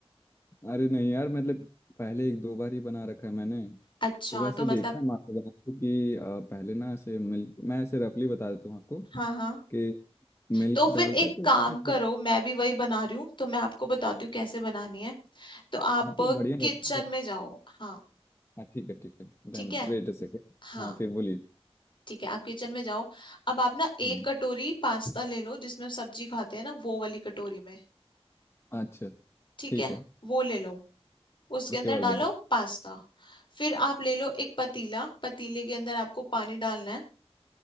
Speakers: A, on the left; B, on the left.
A: अरे नहीं यार मतलब पहले एक दो बार ही बना रखा है मैंने
B: अच्छा
A: तो वैसे
B: तो मतलब
A: देखना है मैं आपको बनाते कि अ, पहले ना ऐसे मिल्क मैं ऐसे रफली बता देता हूँ आपको
B: हाँ हाँ
A: कि मिल्क
B: तो
A: डालते
B: फिर एक
A: हैं, तो
B: काम
A: उसमें
B: करो मैं भी वही बना रही हूँ तो मैं आपको बताती हूँ कैसे बनानी है तो आप
A: हाँ तो बढ़िया
B: किचन
A: रहेगा
B: में जाओ हाँ
A: हाँ ठीक है ठीक है डन
B: ठीक है
A: Wait a second
B: हाँ
A: हाँ फिर बोलिए
B: ठीक है आप किचन में जाओ अब आप ना
A: हम्म,
B: एक कटोरी पास्ता ले लो जिसमें हम सब्जी खाते हैं ना वो वाली कटोरी में
A: अच्छा
B: ठीक
A: ठीक
B: है
A: है
B: वो ले लो उसके
A: उसके
B: अंदर
A: बाद
B: डालो
A: बताओ
B: पास्ता फिर आप ले लो एक पतीला पतीले के अंदर आपको पानी डालना है